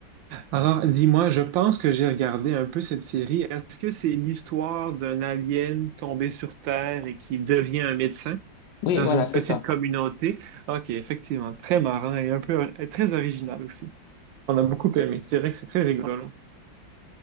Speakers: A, on the right; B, on the left.
A: Alors, dis-moi, je pense que j'ai regardé un peu cette série. Est-ce que c'est l'histoire d'un alien tombé sur Terre et qui devient un médecin
B: Oui,
A: dans
B: voilà,
A: une
B: c'est
A: petite
B: ça.
A: communauté? Ok, effectivement, très marrant et un peu et très original aussi. On a beaucoup aimé. C'est vrai que c'est très rigolo.